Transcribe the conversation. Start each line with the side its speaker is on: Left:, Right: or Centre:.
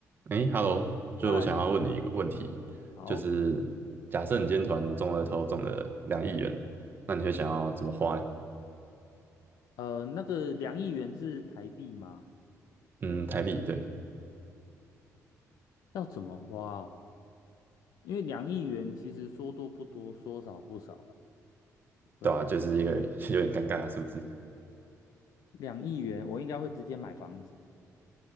Right: 哎，Hello，就我想要问你一个问题，
Left: 嗨，好，
Right: 就是假设你今天团中了头，中了两亿元，那你会想要怎么花嘞？
Left: 呃，那个两亿元是台币吗？
Right: 嗯，台币，对，
Left: 要怎么花哦？因为两亿元其实说多不多，说少不少啦。对啊，
Right: 对啊，就是一个 <laughs> 有点尴尬，是不是？
Left: 两亿元我应该会直接买房子，